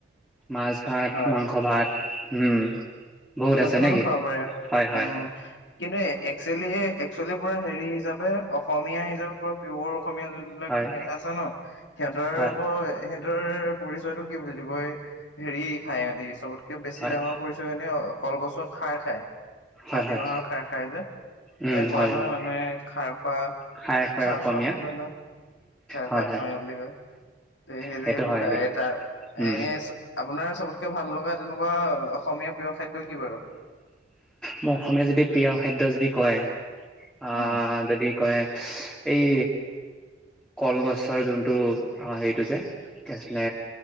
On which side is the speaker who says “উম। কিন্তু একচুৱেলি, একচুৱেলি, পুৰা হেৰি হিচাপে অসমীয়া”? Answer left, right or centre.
Left